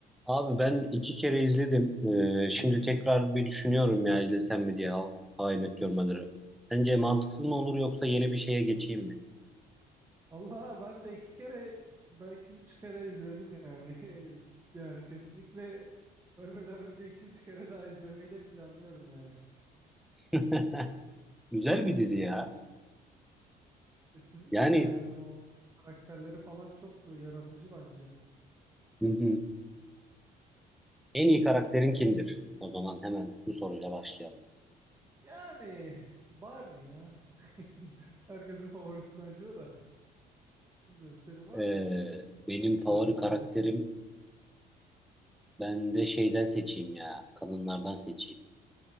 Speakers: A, in the centre; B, on the right.
A: Abi ben iki kere izledim. Ee, şimdi tekrar bir düşünüyorum ya izlesem mi diye How, How I Met Your Mother'ı. Sence mantıksız mı olur yoksa yeni bir şeye geçeyim mi?
B: Allah ben de iki kere belki üç kere izledim yani. <laughs> Yani kesinlikle ölmeden önce iki üç kere daha izlemeyi de planlıyorum yani.
A: <laughs> Güzel bir dizi ya.
B: Kesinlikle
A: Yani
B: yani o karakterleri falan çok yaratıcı bence.
A: hı hı. en iyi karakterin kimdir? O zaman hemen bu soruyla başlayalım.
B: Yani Barney ya. <laughs> Herkesin favorisi bence o da. <laughs> Bilmiyorum senin var
A: Ee,
B: mı
A: benim favori
B: farklı
A: karakterim
B: bir karakter?
A: ben de şeyden seçeyim ya. Kadınlardan seçeyim.